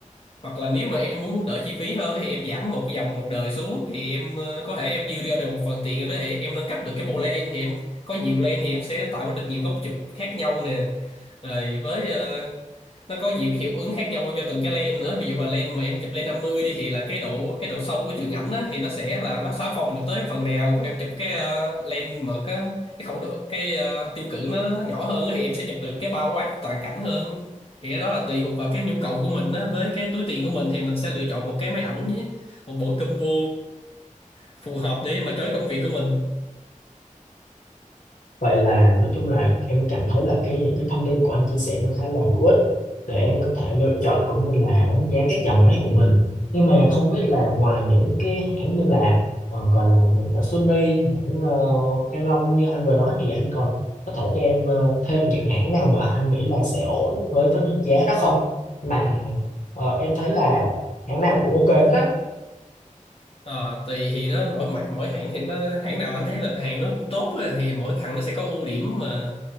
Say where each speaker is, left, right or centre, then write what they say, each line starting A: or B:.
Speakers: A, on the left; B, on the left.
A: hoặc là nếu mà em muốn đỡ chi phí hơn thì em giảm một dòng một đời xuống thì em ờ, có thể em dư ra được một phần tiền đó thì em nâng cấp được cái bộ lens thì em có nhiều lens thì em sẽ tạo được nhiều góc chụp khác nhau nè rồi với ờ, nó có nhiều cái hiệu ứng khác nhau cho từng cái lens nữa ví dụ mà lens mà em chụp lens 50 đi thì là cái độ cái độ sâu của trường ảnh á, thì nó sẽ là nó xóa phông được tới phần nào còn em chụp cái ờ, lens mà cái cái khẩu độ cái ờ, tiêu cự nó nhỏ hơn á, thì em sẽ chụp được cái bao quát toàn cảnh hơn thì cái đó là tùy thuộc vào cái nhu cầu của mình á với cái túi tiền của mình thì mình sẽ lựa chọn một cái máy ảnh với một bộ combo phù hợp để mà cho cái công việc của mình
B: Vậy là nói chung là em cảm thấy là cái những cái thông tin của anh chia sẻ nó khá là hữu ích để em có thể lựa chọn cũng như là đánh giá các dòng máy của mình. Nhưng mà không biết là ngoài những cái hãng như là ờ, còn là những hãng Sony, hãng ờ, Canon như anh vừa nói thì anh còn có thể cho em ờ, thêm những hãng nào mà anh nghĩ là sẽ ổn với phân khúc giá đó không? Mà ờ, em thấy là hãng nào cũng ok hết á.
A: Ờ, tùy thì nó mỗi mã- mỗi hãng thì nó hãng nào anh thấy là hàng nó cũng tốt á, thì mỗi thằng nó sẽ có ưu điểm mà